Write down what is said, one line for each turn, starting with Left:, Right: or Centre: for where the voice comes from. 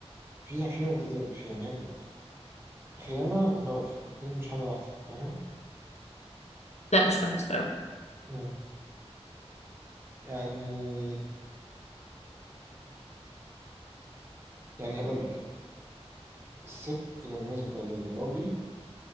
Right: فيها في نقطتين في يعني هي بتبقى خيانه وشرف الاتنين مش حاجه واحده فاهمه؟
Left: لا مش فاهمة الصراحة
Right: مم. يعني يعني هقول لك هقول لك الست بالنسبه للراجل